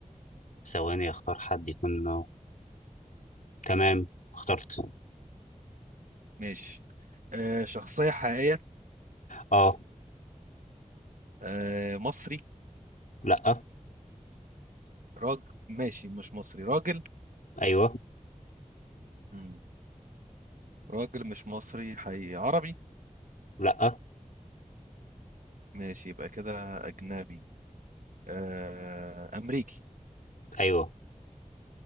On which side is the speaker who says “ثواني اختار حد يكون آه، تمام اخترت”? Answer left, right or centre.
Left